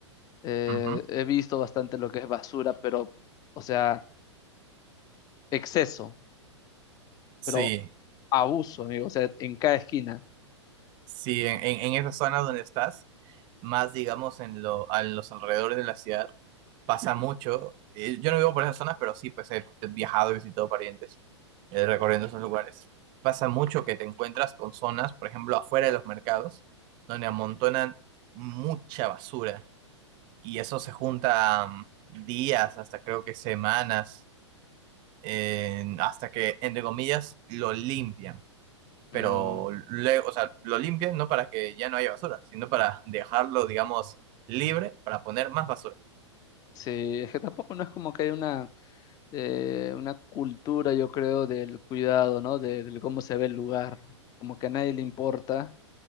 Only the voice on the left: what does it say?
eh,
he visto bastante lo que es basura, pero, o sea, exceso,
pero abuso, amigo, o sea, en cada esquina.
Mm,
sí, es que tampoco no es como que hay una eh, una cultura, yo creo, del cuidado, ¿no? De, de cómo se ve el lugar, como que a nadie le importa.